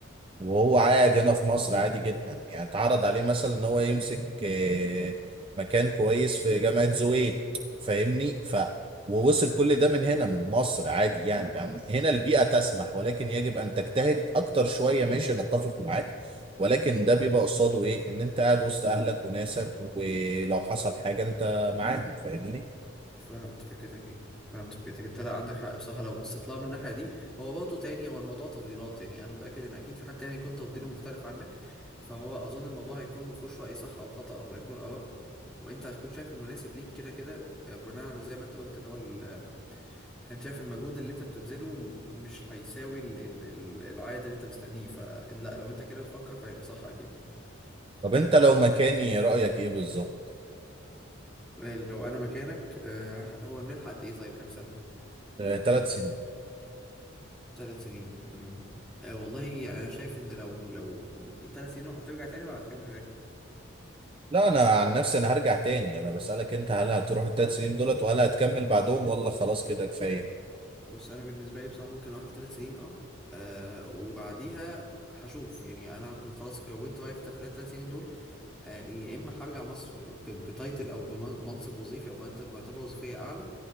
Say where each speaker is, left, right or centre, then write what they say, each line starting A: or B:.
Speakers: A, on the right (about 25°); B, in the centre.
A: وهو
B: فاهمك
A: قاعد هنا في مصر عادي جدا يعني اتعرض عليه مثلا ان هو يمسك آه، مكان كويس في جامعة زويل فاهمني ف ووصل كل ده من هنا من مصر عادي يعني يعني هنا البيئة تسمح ولكن يجب ان تجتهد اكتر شوية ماشي انا اتفق معاك ولكن ده بيبقى قصاده ايه ان انت قاعد وسط اهلك وناسك ولو حصل حاجة انت معاهم فاهمني
B: فهمت فكرتك ايه فهمت فكرتك انت لا عندك حق بصراحه لو بصيت لها من الناحيه دي هو برضه تاني هو الموضوع تفضيلات يعني انا متاكد ان اكيد في حد تاني يكون تفضيله مختلف عنك فهو اظن الموضوع هيكون ما فيهوش راي صح او خطا او هيكون اراء وانت هتكون شايف المناسب ليك كده كده آه، بناء على زي ما انت قلت اللي هو ال- آه، انت شايف المجهود اللي انت بتبذله م- مش هيساوي ال... ال... ال- العائد اللي انت مستنيه فلا لو انت كده بتفكر فهيبقى صح اكيد
A: طب انت لو مكاني رأيك ايه بالظبط
B: آه، لو انا مكانك آه، هو المنحه قد ايه طيب كام سنه
A: ثلاث سنين
B: ثلاث سنين امم آه والله يعني انا شايف ان لو لو ثلاث سنين وهترجع تاني ولا هتكمل هناك
A: لا انا عن نفسي انا هرجع تاني انا بسألك انت هل هتروح التلات سنين دولت وهل هتكمل بعدهم ولا خلاص كده كفاية
B: بص انا بالنسبه لي بصراحه ممكن اروح ثلاث سنين اه آه، وبعديها هشوف يعني انا هكون خلاص كونت وايف خلال الثلاث سنين دول آه يا اما هرجع مصر ب- بتايتل او بمنصب وظيفي او مرتب- مرتبه وظيفيه اعلى